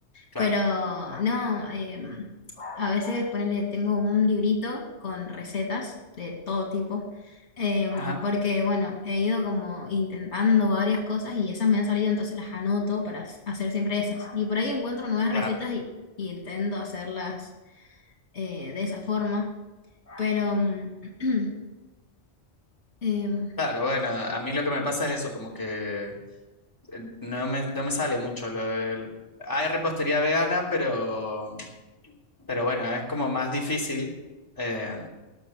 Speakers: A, on the left; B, on the left.
A: claro,
B: Pero no, em, a veces ponele, tengo un librito con recetas de todo tipo, em,
A: ajá,
B: porque bueno, he ido como intentando varias cosas y esas me han salido, entonces las anoto para s- hacer siempre esas. Y por ahí encuentro nuevas
A: claro.
B: recetas y, y intento hacerlas eh, de esa forma, pero mm, <clears throat> em,
A: Claro, bueno, a mí lo que me pasa es eso, como que eh, no me, no me sale mucho lo del- Hay repostería vegana, pero, pero bueno, es como más difícil. eh,